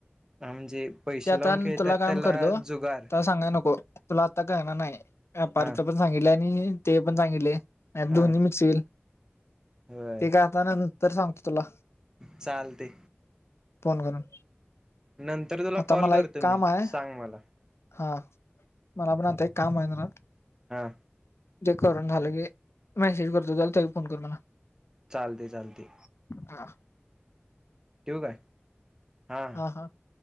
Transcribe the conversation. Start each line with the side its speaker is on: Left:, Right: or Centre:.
Right: म्हणजे पैसे
Left: ते आता
Right: लावून खेळतात
Left: तुला काम
Right: त्याला
Left: करतो
Right: जुगार
Left: त सांगाय नको तुला आता कळणार नाही व्यापारच
Right: हा
Left: पण सांगितलं आणि ते पण सांगले
Right: हा
Left: दोन्ही मिक्स होईल
Right: होय
Left: ते काय आता नंतर सांगतो तुला
Right: चालते
Left: फोन करून
Right: नंतर तुला
Left: आता
Right: कॉल
Left: मला
Right: करतो
Left: एक काम
Right: मी
Left: आहे
Right: सांग मला
Left: हा मलाण ते एक काम होईणार
Right: हा
Left: जे करून झालं की मेसेज करतो त्याला त फोन कर मला
Right: चालते-चालते
Left: हा.
Right: ठेवू काय हा
Left: हा-